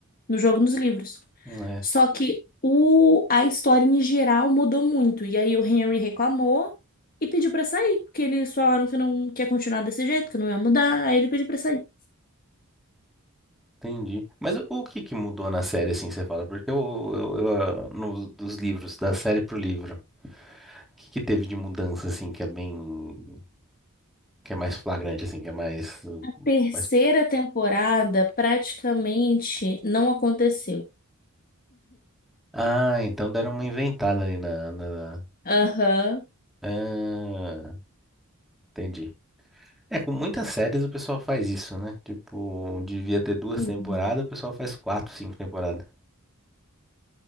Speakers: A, on the left; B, in the centre.
A: no jogo, nos livros.
B: É,
A: Só que o, a história em geral mudou muito. E aí o Henry reclamou e pediu pra sair, porque eles falaram que não quer continuar desse jeito, que não ia mudar, aí ele pediu pra sair.
B: Entendi. Mas o o que que mudou na série, assim, você fala? Porque eu, eu, eu, ah, no- dos livros, da série pro livro, o que que teve de mudança, assim, que é bem... que é mais flagrante, assim, que é mais... uh,
A: terceira
B: mais...
A: temporada praticamente não aconteceu.
B: Ah, então deram uma inventada ali na, na...
A: Aham.
B: Ah, entendi. É, com muitas séries o pessoal faz isso, né? Tipo, devia ter duas
A: Hum.
B: temporadas, o pessoal faz quatro, cinco temporadas.